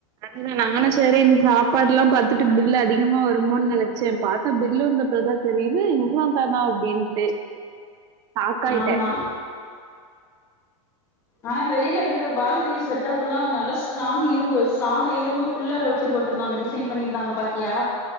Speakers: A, on the right; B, on the left.
A: ான் நானும் சரி என் சாப்பாடு எல்லாம் பாார்த்தட்டு பில்லு அதிகமா வருமோன்னு நினைச்சேன் பார்த்தா பில்லு வந்தப்பதான் சரி இது இவ்வளவு தானா அப்படின்னு ஷாக் ஆயிட்டேன்
B: ஆமா ஆனா வெளியில இருக்கிற பால்கனி செட்டப் எல்லாம் நல்லா ஸ்ட்ராங் இரும்பு ஸ்ட்ராங்கா இரும்பு பில்லரை வச்சு போட்டிருந்தாங்க டிசைன் பண்ணியிருந்தாங்க பாத்த்த்தியா